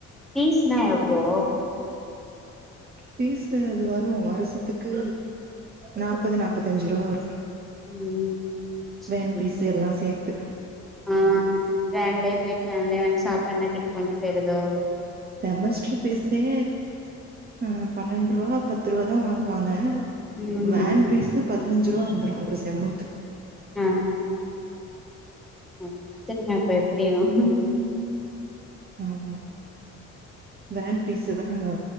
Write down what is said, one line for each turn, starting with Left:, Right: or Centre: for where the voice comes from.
Centre: பீஸ்லா எவ்ளோ
Right: பீஸ்ஸு அது வரும் வருஷத்துக்கு நாற்பது நாற்பத்தஞ்சு ரூபா வரு
Centre: ம் சேரி
Right: வேன் பீசு எல்லாம் சேர்த்து
Centre: ஆ வேன்லயே போயிட்டு வேன்ல சாப்பாடுனா கட்டி கொண்டு போய்டுதோ
Right: செமஸ்டர் பீசே ஆ பன்னெண்டு ரூபா பத்து ரூபா தான் வாங்குவாங்க
Centre: ம்
Right: வேன் பீஸ்ஸு பதினஞ்சு ரூபா வந்துரும் ஒரு செம்முக்கு
Centre: ஆ ஆ அ திரும்ப அப்போ எப்டி வருவோ
Right: ஆமா வேன் பீஸ் தான் அங்க